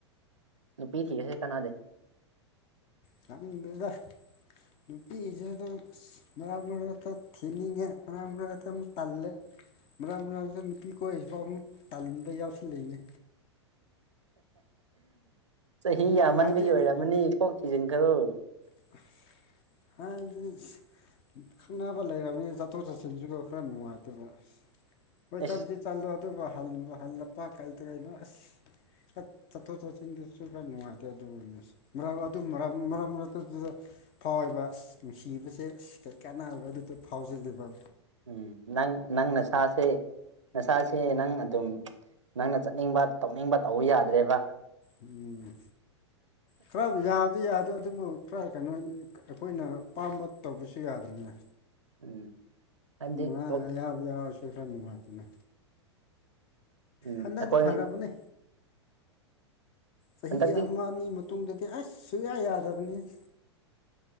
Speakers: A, on the right; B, on the left.
A: ꯅꯨꯄꯤ ꯊꯤꯔꯁꯦ ꯀꯥꯟꯅꯗꯦ
B: ꯈꯪꯗꯦꯗ ꯅꯨꯄꯤꯁꯦ ꯑꯗꯨꯝ ꯑꯁ ꯃꯔꯛ ꯃꯔꯛꯇ ꯊꯤꯅꯤꯡꯉꯦ ꯃꯔꯛ ꯃꯔꯛꯇ ꯑꯃꯨꯛ ꯇꯜꯂꯦ ꯃꯔꯛ ꯃꯔꯛꯇ ꯅꯨꯄꯤ ꯀꯣꯏꯔꯤꯁꯤꯐꯥꯎ ꯑꯃꯨꯛ ꯇꯥꯟꯕ ꯌꯥꯎꯁꯤꯜꯂꯛꯑꯦꯅꯦ
A: ꯆꯍꯤ ꯌꯥꯝꯃꯟꯕꯒꯤ
B: ꯍꯥꯏꯗꯤ
A: ꯑꯣꯏꯔꯝꯃꯅꯤ ꯀꯣꯛ ꯊꯤꯖꯤꯟꯈ꯭ꯔꯣ
B: <unintelligible> ꯈꯪꯅꯕ ꯂꯩꯔꯕꯅꯤꯅ ꯆꯠꯊꯣꯛ ꯆꯠꯁꯤꯟꯁꯨꯀ ꯈ꯭ꯔ ꯅꯨꯡꯉꯥꯏꯇꯕ ꯍꯣꯏ
A: ꯑꯦꯁ
B: ꯆꯠꯄꯗꯤ ꯆꯠꯂꯣ ꯑꯗꯨꯒ ꯍꯜ ꯍꯜꯂꯛꯄ ꯀꯩ ꯀꯩꯅꯣ ꯑꯁ ꯆꯠ ꯆꯠꯊꯣꯛ ꯆꯠꯁꯤꯟꯗꯁꯨ ꯈ꯭ꯔ ꯅꯨꯡꯉꯥꯏꯇꯦ ꯑꯗꯨꯅꯦ ꯃꯔꯛ ꯑꯗꯨ ꯃꯔꯛ ꯃꯔꯛ ꯑꯗꯨꯗ ꯐꯥꯎꯌꯦꯕ ꯅꯨꯡꯁꯤꯕꯁꯦ ꯏꯁ ꯀꯔꯤ ꯀꯥꯟꯅꯕ꯭ꯔꯥ ꯑꯗꯨꯗ ꯐꯥꯎꯁꯤꯜꯂꯤꯕ
A: ꯎꯝ ꯅꯪ ꯅꯪ ꯅꯁꯥꯥꯁꯦ ꯅꯁꯥꯁꯦ ꯅꯪ ꯑꯗꯨꯝ ꯅꯪꯅ ꯆꯠꯅꯤꯡꯕ ꯇꯧꯅꯤꯡꯕ ꯇꯧ ꯌꯥꯗ꯭ꯔꯦꯕ
B: ꯎꯝ ꯈ꯭ꯔ ꯌꯥꯕꯗꯤ ꯌꯥ ꯑꯗꯨꯕꯨ ꯈ꯭ꯔ ꯀꯩꯅꯣ ꯑꯩꯈꯣꯏꯅ ꯄꯥꯝꯕ ꯇꯧꯕꯁꯨ ꯌꯥꯗ꯭ꯔꯦꯅꯦ
A: ꯎꯝ ꯍꯥꯏꯕꯗꯤ
B: ꯃꯥ
A: ꯋꯥꯛ
B: ꯑꯌꯥꯕ ꯌꯥꯎꯔꯁꯨ ꯈ꯭ꯔ ꯅꯨꯡꯉꯥꯏꯗꯅ
A: ꯎꯝ
B: ꯍꯟꯗꯛꯗꯤ
A: ꯑꯩꯈꯣꯏ
B: ꯐꯔꯕꯅꯦ ꯆꯍꯤ
A: ꯍꯟꯗꯛꯇꯤ
B: ꯑꯃ ꯑꯅꯤ ꯃꯇꯨꯡꯗꯗꯤ ꯑꯁ ꯁꯨꯡꯌꯥ ꯌꯥꯗꯕꯅꯤ